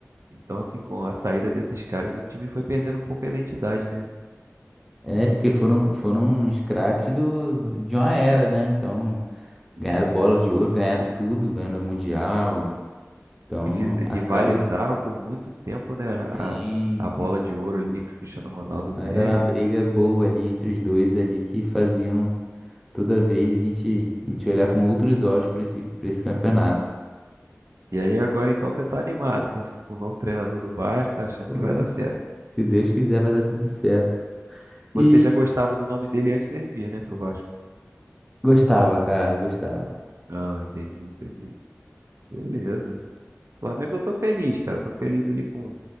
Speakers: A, on the right (about 75°); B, in the centre.
A: Então, assim, com a saída desses caras, o time foi perdendo um pouco a identidade, né?
B: É porque foram, foram os craques do, de uma era, né? Então,
A: E,
B: ganharam bola de ouro, ganharam tudo, ganharam o mundial. Então,
A: e fiz- rivalizaram
B: acaba.
A: por muito tempo, né? A,
B: Sim,
A: a bola
B: sim.
A: de ouro ali entre o Cristiano Ronaldo
B: Era
A: e o Messi.
B: uma briga boa ali entre os dois ali que faziam toda vez a gente, a gente olhar com outros olhos para esse, para esse campeonato.
A: E aí agora então você tá animado com o novo treinador do Vasco, tá achando
B: Pô,
A: que vai dar certo.
B: se Deus quiser, vai dar tudo certo.
A: Você
B: E
A: já gostava do nome dele antes dele vir, né, pro Vasco?
B: gostava, cara, eu gostava.
A: Ah, entendi, entendi. Beleza. Flamengo, eu tô feliz, cara. Eu tô feliz ali com,